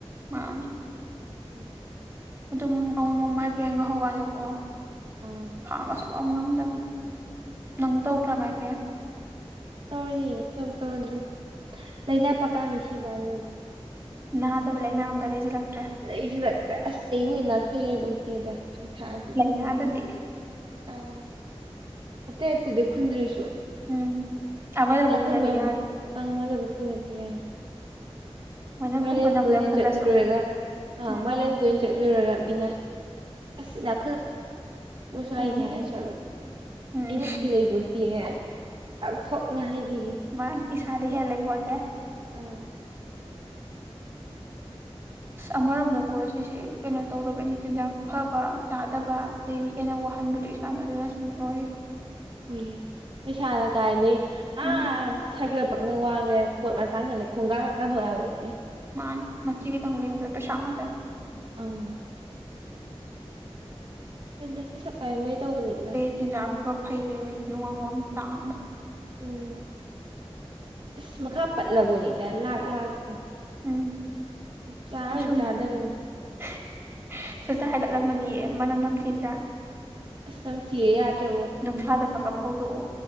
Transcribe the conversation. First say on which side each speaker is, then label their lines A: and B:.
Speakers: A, on the right; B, on the right.
A: ꯃꯥꯟꯅꯦ
B: ꯎꯝ
A: ꯑꯗꯨꯝ ꯑꯃꯨꯃꯨꯛ ꯃꯥꯏꯒ꯭ꯔꯦꯟꯗꯣ ꯍꯧꯀꯥꯟꯗꯀꯣ
B: ꯑꯥ
A: ꯈꯥꯡꯒ ꯁꯨꯛꯉꯝ ꯉꯝꯗꯝꯅꯤ ꯅꯪ ꯇꯧꯗ꯭ꯔꯥ ꯃꯥꯏꯒ꯭ꯔꯦꯟ
B: ꯇꯧꯔꯤꯅꯤꯅꯦ ꯀꯩꯗꯧ ꯇꯧꯔꯣꯏꯗ꯭ꯔꯣ ꯂꯩꯅꯥ ꯄꯛꯀ ꯃꯤ ꯁꯤꯕꯥꯗꯣ ꯑꯣꯏꯗꯣꯏꯅꯤ
A: ꯅꯥꯗꯕ ꯂꯩꯅꯥ ꯑꯝꯇ ꯂꯩꯖꯤꯜꯂꯛꯇ꯭ꯔꯦ
B: ꯂꯩꯖꯤꯜꯂꯛꯇ꯭ꯔꯦ ꯑꯁ ꯑꯩꯃꯨꯛ ꯏꯅꯥꯛ ꯈꯨꯜ ꯂꯩꯕꯨꯠꯇꯦꯗ ꯁꯪꯁꯥꯔꯁꯤꯗꯤ
A: ꯂꯥꯏꯅꯥꯗꯗꯤ
B: ꯑꯥ ꯑꯇꯩ ꯑꯇꯩꯗ ꯈꯨꯟꯗ꯭ꯔꯁꯨ
A: ꯎꯝ ꯑꯃꯗꯕꯨ
B: ꯏꯅꯥ
A: ꯈꯨꯜꯂꯗꯤ
B: ꯈꯨꯕꯝ
A: ꯌꯥꯔꯦ
B: <unintelligible>
A: ꯃꯣꯏꯅ
B: ꯃꯥꯂꯦꯝ
A: ꯈꯨꯈꯨꯟ ꯑꯃꯗ
B: ꯀꯣꯏꯅ
A: ꯈꯨꯜꯂꯁꯨ
B: ꯆꯠꯂꯨꯔꯒ ꯑꯥ
A: ꯎꯝ
B: ꯃꯥꯂꯦꯝ ꯀꯣꯏ ꯆꯠꯂꯨꯔꯒ ꯃꯤꯅ ꯑꯁ <unintelligible>
A: ꯎꯝ
B: ꯂꯩꯇꯦ <unintelligible>
A: ꯎꯝ
B: ꯑꯩꯕꯨ ꯈꯨ ꯂꯩꯕꯣꯇꯣ ꯆꯥꯎꯊꯣꯛꯅ ꯍꯥꯏꯕꯤꯒꯦ
A: ꯃꯥ ꯏꯁꯥꯗꯩ ꯍꯦꯜ ꯂꯩꯄꯣꯟꯇꯦ
B: ꯑꯝ
A: ꯑꯃꯔꯣꯝꯗꯀꯣ ꯁꯤꯁꯤ ꯀꯩꯅꯣ ꯇꯧꯗꯕꯩꯅꯤ ꯆꯤꯟꯖꯥꯛ ꯐꯕ ꯆꯥꯗꯕ ꯇꯩꯗꯤ ꯍꯦꯟꯅ ꯋꯥꯍꯟꯕꯗꯣ ꯏꯁꯥꯗ ꯑꯗꯨꯅꯁꯨꯅꯤ ꯑꯣꯏ
B: ꯍꯣꯌꯦ ꯄꯩꯁꯥꯅ ꯀꯥꯏꯗꯩ ꯑꯥ
A: ꯎꯝ
B: <unintelligible> ꯄꯛꯅ ꯋꯥꯡꯒ꯭ꯔꯦ ꯄꯣꯠ ꯃꯆꯥꯈꯛꯂꯦ ꯈꯣꯡꯒꯥꯟꯒ ꯀꯥꯟꯊꯣꯛ ꯌꯣꯕꯣꯇꯦ
A: ꯃꯥꯅꯤ ꯃꯆꯤ ꯈꯤꯇꯪ ꯂꯦꯡꯕꯗ ꯄꯩꯁꯥ ꯉꯥꯛꯇꯅꯤ
B: ꯑꯪ <unintelligible>
A: <unintelligible>
B: ꯎꯝ ꯏꯁ ꯃꯈꯥ ꯄꯠꯂꯕꯣꯅꯤꯗ ꯂꯥꯛ ꯂꯥꯛꯇꯦ
A: ꯎꯝ
B: ꯆꯥꯔꯣꯏꯟ
A: ꯁꯨꯝ
B: ꯆꯥꯗꯕꯅꯤ
A: <unintelligible> ꯃꯅꯝ ꯅꯝꯊꯤꯗ꯭ꯔꯥ
B: ꯑꯁ ꯅꯝꯊꯤꯌꯦ ꯌꯥꯗ꯭ꯔꯕꯨ
A: ꯅꯨꯡꯁꯥꯗ ꯈꯥ ꯈ꯭ꯔ ꯐꯧꯗꯣꯛꯑꯣ